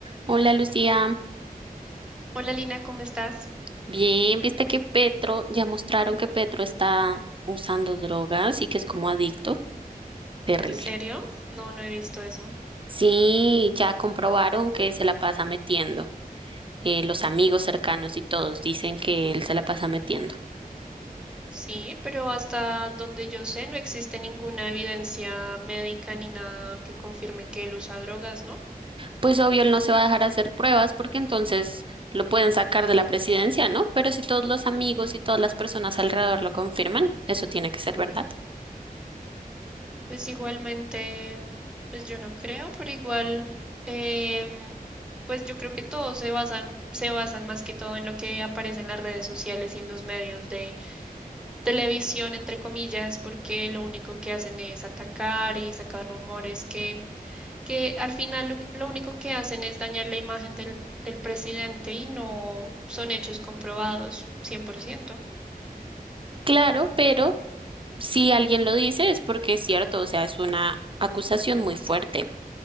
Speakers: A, on the right (about 35°); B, in the centre.
A: Hola Lucía,
B: Hola Lina, ¿cómo estás?
A: bien, viste que Petro, ya mostraron que Petro está usando drogas y que es como adicto, terrible.
B: ¿En serio? No, no he visto eso.
A: Sí, ya comprobaron que se la pasa metiendo, eh, los amigos cercanos y todos dicen que él se la pasa metiendo.
B: Sí, pero hasta donde yo sé no existe ninguna evidencia médica ni nada que confirme que él usa drogas, ¿no?
A: Pues obvio, él no se va a dejar hacer pruebas porque entonces lo pueden sacar de la presidencia, ¿no? Pero si todos los amigos y todas las personas alrededor lo confirman, eso tiene que ser verdad.
B: Pues igualmente, pues yo no creo, pero igual, em, pues yo creo que todos se basan, se basan más que todo en lo que aparece en las redes sociales y en los medios de televisión, entre comillas, porque lo único que hacen es atacar y sacar rumores que que al final lo, lo único que hacen es dañar la imagen del, del presidente y no son hechos comprobados cien por ciento
A: Claro, pero si alguien lo dice es porque es cierto, o sea, es una acusación muy fuerte